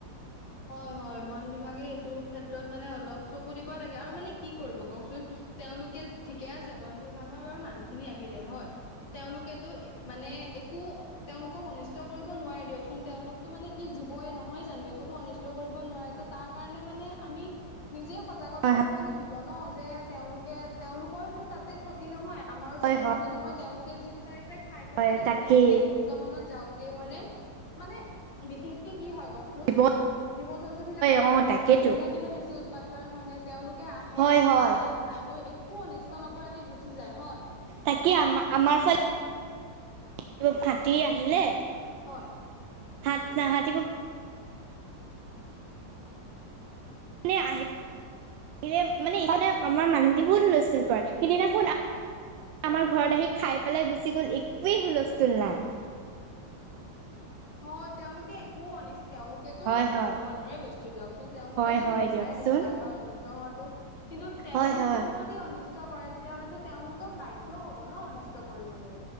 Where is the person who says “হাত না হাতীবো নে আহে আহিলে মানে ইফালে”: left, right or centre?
Right